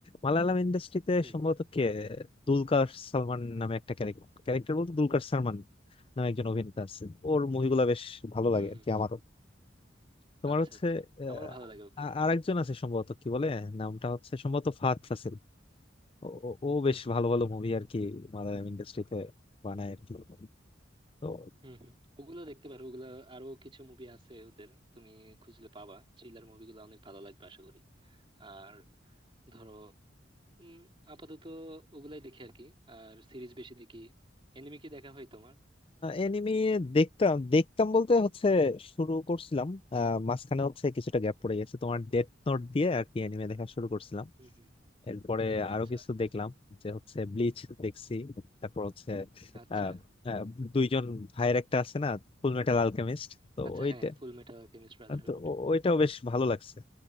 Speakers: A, on the left; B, on the right.
A: মালায়ালাম ইন্ডাস্ট্রিতে
B: হুম
A: সম্ভবত
B: হুম
A: কে দুলকার সালমান নামে একটা ক্যারেক্টার ক্যারেক্টার বলতে দুলকার সালমান নামে একজন অভিনেতা আছে ওর মুভিগুলো
B: হুম হুম হুম
A: বেশ ভালো
B: হুম
A: লাগে
B: হুম
A: আর কি
B: হুম।
A: আমারও তোমার
B: আচ্ছা
A: হচ্ছে
B: আচ্ছা
A: আহ,
B: আমারও ভালো লাগে ওকে
A: আ- আরেকজন আছে সম্ভবত কি বলে নামটা হচ্ছে সম্ভবত ফাহাদ ফাসিল ও ও- ও
B: হুম
A: বেশ
B: হুম
A: ভালো
B: হুম
A: ভালো মুভি আর কি মালায়ালাম ইন্ডাস্ট্রিতে বানায় আর কি তো
B: হুম হুম। ওগুলো দেখতে পারো ওগুলো আরো কিছু মুভি আছে ওদের তুমি খুঁজলে পাবা থ্রিলার মুভিগুলো অনেক ভালো লাগবে আশা করি আর ধরো উম আপাতত ওগুলাই দেখি আর কি আর সিরিজ বেশি দেখি এনিমে কি দেখা হয় তোমার
A: এনিমি দেখতাম দেখতাম বলতে হচ্ছে শুরু করছিলাম আহ, মাঝখানে হচ্ছে কিছুটা গ্যাপ পড়ে গেছে তোমার ডেথ নোট দিয়ে আর কি এনিমে দেখা শুরু করছিলাম
B: হুম হুম
A: এরপরে আরো
B: আচ্ছা
A: কিছু দেখলাম যে হচ্ছে ব্লিচ দেখছি তারপর হচ্ছে
B: আচ্ছা
A: আহ, আহ, দুইজন ভাইয়ের একটা আছে না ফুল মেটাল আলকেমিস্ট তো
B: আচ্ছা
A: ওইটা
B: হ্যাঁ ফুল মেটাল অ্যালকেমিস্ট ব্রাদারহুড
A: তো ও- ওইটাও বেশ ভালো লাগছে